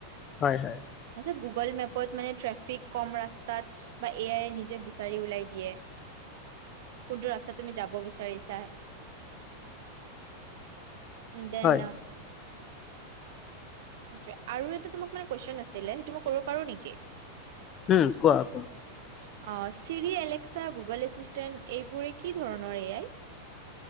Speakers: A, on the left; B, on the right.
A: হয়, হয়।
B: আচ্ছা গুগল মেপত মানে, ট্ৰেফিক কম ৰাস্তাত বা এ, আই, নিজে বিচাৰি ওলিয়াই দিয়ে। কোনটো ৰাস্তাত তুমি যাব, বিচাৰিছা? উম, দেন
A: হয়
B: য়ে, আৰু এটা তোমাক মানে, কুৱেশন আছিলে, সেইটো মই কৰিব পাৰো নেকি?
A: উম, কোৱা কোৱা।
B: অ, চিৰি, এলেক্সা, গুগল, এচিষ্টেণ্ট এইবোৰে কি ধৰণৰ এয়াই।